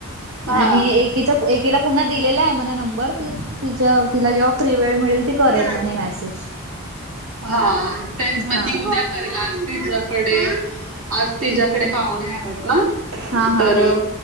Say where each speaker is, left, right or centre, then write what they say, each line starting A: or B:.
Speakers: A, on the right; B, on the right.
A: हां.
B: आणि एकीला पुन्हा दिलेला आहे म नंबर ती तिच्या तिला जेव्हा फ्री वेळ मिळेल त करेल
A: नमस्कार.
B: म्ह मेसेज.
A: हा तेच मग
B: हा
A: ती उद्या आज तिच्यायाकडे आज तिच्यायाकडे पाहुणे आलेत. ना
B: हा हा
A: तर
B: हा